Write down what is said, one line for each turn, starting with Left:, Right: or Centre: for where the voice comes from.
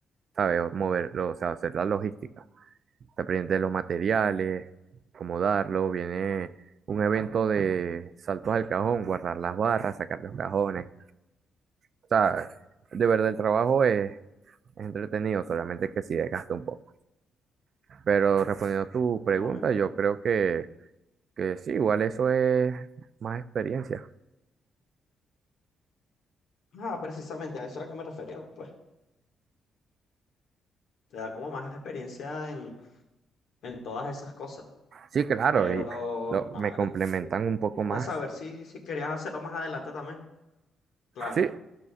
Right: ¿sabes? Moverlo, o sea, hacer la logística. está pendiente de los materiales, cómo darlo, viene un evento de saltos al cajón, guardar las barras, sacar los cajones. O sea, de verdad el trabajo es, es entretenido, solamente que sí desgasta un poco. Pero respondiendo a tu pregunta,
Left: No, me imagino.
Right: yo creo que, que sí, igual eso es más experiencia.
Left: Ah, precisamente, a eso era que me refería, pues. te da como más experiencia en, en todas esas cosas.
Right: Sí, claro,
Left: Pero,
Right: y lo-
Left: a
Right: me complementan
Left: ver,
Right: un poco
Left: quería
Right: más.
Left: saber si, si querías hacerlo más adelante también. Claro,
Right: Sí,